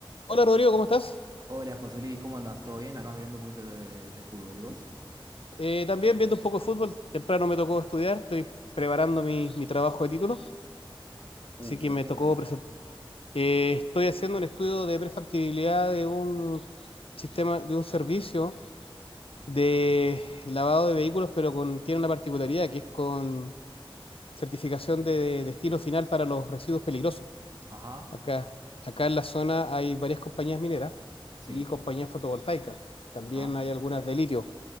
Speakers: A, on the left (about 85°); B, on the right (about 45°).
A: Hola Rodrigo, ¿cómo estás?
B: Hola José Luis, ¿cómo andas? ¿Todo bien? Acá mirando un poquito de, de- de fútbol. ¿Y vos?
A: Eh, también viendo un poco de fútbol, temprano me tocó estudiar, estoy preparando mi, mi trabajo de título,
B: Uy,
A: así
B: ¿sobre
A: que me
B: qué
A: tocó
B: trata?
A: presentar. estoy haciendo un estudio de prefactibilidad de un sistema, de un servicio de lavado de vehículos, pero con, tiene una particularidad que es con certificación de destino final para los residuos peligrosos.
B: Ajá,
A: Acá, acá en la zona hay varias compañías mineras
B: sí,
A: y compañías fotovoltaicas. También
B: ajá,
A: hay algunas de litio.